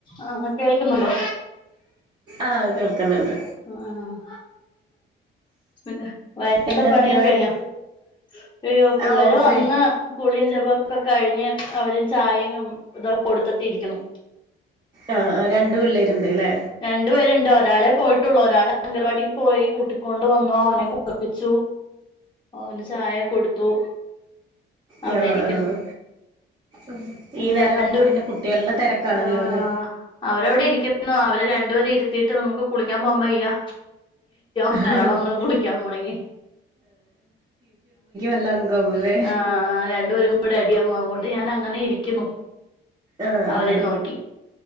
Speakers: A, on the left; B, on the right.
A: ആഹ് കേൾക്കുന്നുണ്ടോ
B: ആഹ് കേൾക് ന്ന്ണ്ട്
A: ആ ഹ് ആഹ് പിന്നെ വൈറ്റത്തെ
B: എന്താ
A: പണിയൊക്കെ
B: പരിപാടി
A: കഴിഞ്ഞോ <unintelligible> പിള്ളേര്
B: ആ ഓക്കെ
A: വന്ന് കുളിം ജപൊക്കെ കഴിഞ്ഞ് അവര് ചായി ഇതൊക്കെ കൊടുത്തിട്ടിരിക്കുന്നു
B: ആ രണ്ടു പിള്ളേരുണ്ട് ലെ
A: രണ്ടു പേരുണ്ട് ഒരാളെ പോയിട്ടുള്ളൂ ഒരാളെ അങ്കൽവാടിക്ക് പോയി കൂട്ടിക്കൊണ് വന്നു അവനെ കുളുപ്പിച്ചു അവന് ചായ കൊടുത്തു അവിടെ
B: ഞാ
A: ഇരിക്കുന്നു
B: ആഹ് ഉ
A: ഇനി
B: ഈ നേരാവുമ്പോ
A: രണ്ട്
B: പിന്നെ കുട്ടികളുടെ തെരക്കാണല്ലോ
A: ആഹ്
B: ല്ലെ
A: അവരവിടെ ഇരിക്കുന്നു അവരെ രണ്ടുപേരെ ഇരുത്തിട്ട് നമുക്ക് കുളിക്കാൻ പോകൻ പയ്യ
B: ആ
A: വരണംന്ന് കുളിക്കാൻ പോണെങ്കി
B: എല്ലങ്ക ഉ ലെ
A: ആഹ് ആ രണ്ടുപേരും കൂടെ അടിയാവുംഅങ്ങോണ്ട് ഞാൻ അങ്ങനെ ഇരിക്കുന്നു
B: ആ
A: അവരെ
B: ആ
A: നോക്കി